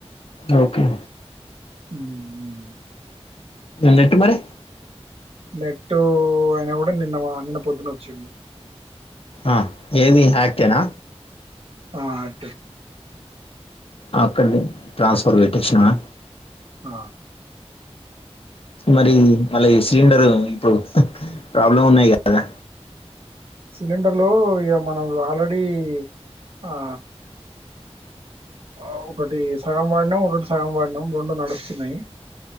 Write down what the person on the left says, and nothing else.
ఓకే
నెట్ మరీ
ఆ ఏది అక్ట్ ఏనా
ఆక్కండి ట్రాన్స్ఫర్ పెట్టిచ్చినావా
మరి మళ్ళీ సిలిండర్ ఇప్పుడు ప్రాబ్లం ఉన్నాయి కదా